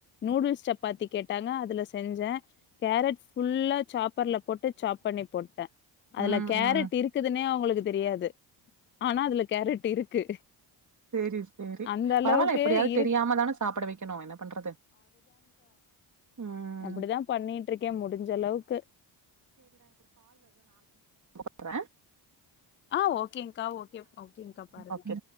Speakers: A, on the left; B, on the right.
A: நூடுல்ஸ் சப்பாத்தி கேட் வுடாங்க அதுல செஞ்சே கேரட் புல்லா சாப்பர்ல போட் வுட் சாப் பண்ணி போட்டே அதுல
B: ம்
A: கேரட்
B: ம்
A: இருக்குதுன்னே அவுங்ளுக் இதுதெரியாது ஆனா அதுல கேரட் இருக்கு
B: சேரி சேரி
A: அந்த அளவுக்கு
B: பரவால்ல எப்படியாவது
A: இருக்
B: தெரியாம தானே சாப்ட வைக்கணும் என்ன பண்றது ம்
A: அப்படிதா பண்ணிட்ருக்கேன் முடிஞ்ச அளவுக்கு
B: கூப்றே
A: ஆஹ் ஓகேங் க்கா ஓகே ஓகேங்கா பாருங்க
B: ஓகே